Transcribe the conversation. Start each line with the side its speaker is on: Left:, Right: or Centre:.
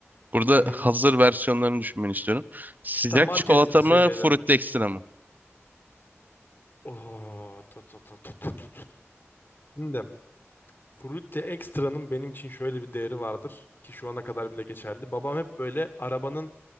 Right: Burada
Left: Hı hı.
Right: hazır versiyonlarını düşünmeni istiyorum. Sıcak
Left: Tam market
Right: çikolata
Left: seviyeleri.
Right: mı, Fruity Extra mı?
Left: Oo, tut, tut, tut, tut. Şimdi Fruity Extra'nın benim için şöyle bir değeri vardır ki şu ana kadar bile geçerli. Babam hep böyle arabanın